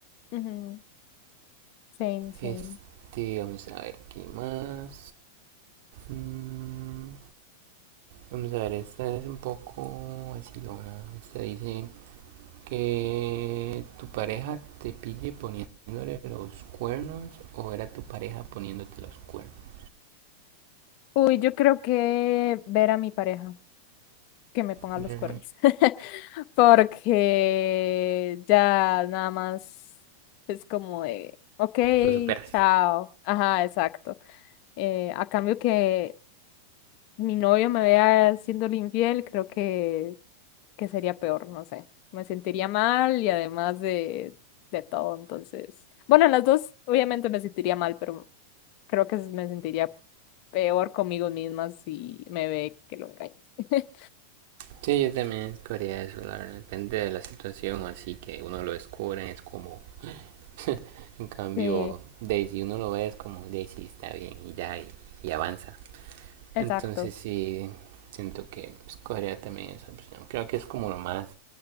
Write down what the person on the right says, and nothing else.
Este, vamos a ver qué más. Mm, vamos a ver, esta es un poco así, ¿no? Esta dice... Que tu pareja te pille poniéndole los cuernos o era tu pareja poniéndote los cuernos.
¿verdad?
Lo superas.
Sí, yo también escogería eso, la verdad. Depende de la situación, así que uno lo descubre, es como. <laughs> en cambio,
Daisy, uno lo ve, es como Daisy está bien y ya, y, y avanza.
Entonces sí, siento que escogería también esa opción. Creo que es como lo más